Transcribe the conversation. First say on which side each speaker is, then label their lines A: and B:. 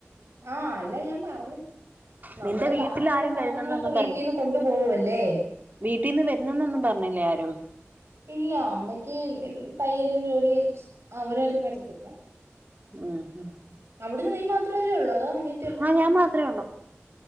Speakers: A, on the right; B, on the right.
A: ആഹ് അല്ല ഞാൻ പറഞ് നമ്മള്
B: നിന്റെ വീട്ടിൽ
A: ബാക്കിയൊള്ള
B: ആരും
A: സാധനങ്ങളൊക്കെ
B: വരുന്നെന്നൊന്നും
A: വീട്ടിന്ന് കൊണ്ടു പോകുവല്ലേ
B: വീട്ടിന്ന് വരുന്നെന്നൊന്നും പറഞ്ഞില്ലേ ആരും
A: ഇല്ല അമ്മയ്ക്ക് തയ്യലും ജോലീം അവരാരും വരത്തില്ല
B: ആഹ് ആഹ്
A: അവിടുന്ന് നീ മാത്രവല്ലേ ഒള്ളൂ അതോ അനി
B: ആഹ് ഞാൻ മാത്രേ ഒള്ളൂ